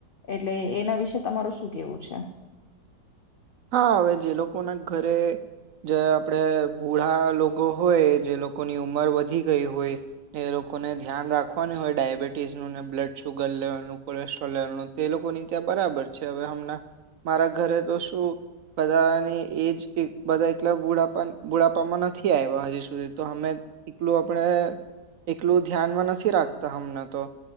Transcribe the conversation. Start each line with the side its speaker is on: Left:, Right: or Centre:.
Left: એટલે એના વિશે તમારું શું કેવું છે.
Right: હા હવે જે લોકોના ઘરે જે આપણે ભૂઢા લોકો હોય જે લોકોની ઉંમર વધી ગઈ હોય એ લોકોને ધ્યાન રાખવાની હોય ડયાબિટીસનું ને બ્લડ શુગર લેવલનું કોલેસ્ટ્રોલ લેવલનું તે લોકોની ત્યાં બરાબર છે હવે હમણાં મારા ઘરે તો શું બધાની એજ બધા એકલા બોડા બુડાપામાં નથી આવ્યા હજી સુધી તો અમે એકલું આપણે એકલું ધ્યાનમાં નથી રાખતા હમણાં તો